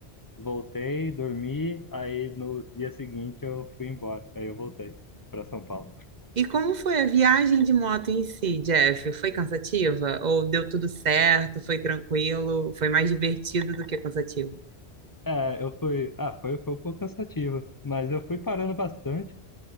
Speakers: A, on the left (about 25°); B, on the right (about 45°).
A: voltei, dormi, aí no dia seguinte eu fui embora. Aí eu voltei para São Paulo.
B: E como foi a viagem de moto em si, Jeff? Foi cansativa? Ou deu tudo certo? Foi tranquilo? Foi mais divertido do que cansativo?
A: É, eu fui. Ah, foi, foi um pouco cansativo, mas eu fui parando bastante.